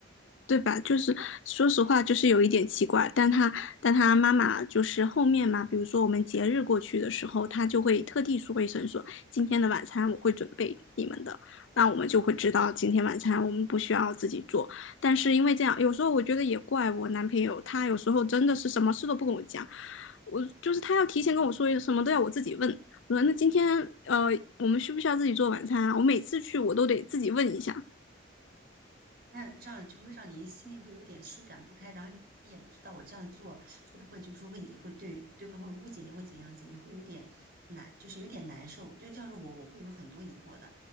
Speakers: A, on the left; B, on the right.
A: 对吧？就是说实话，就是有一点奇怪，但他但他妈妈就是后面嘛，比如说我们节日过去的时候，他就会特地说一声说今天的晚餐我会准备你们的，那我们就会知道今天晚餐我们不需要自己做。但是因为这样，有时候我觉得也怪我男朋友，他有时候真的是什么事都不跟我讲，我就是他要提前跟我说什么都要我自己问。我说那今天呃我们需不需要自己做晚餐啊？我每次去我都得自己问一下。
B: 那让就会让你心里会有点舒展不开，然后你也不知道我这样做会不会就是说会会对对方会误解你或怎样子，你会有点难，就是有点难受。就要是我，我会有很多疑惑的，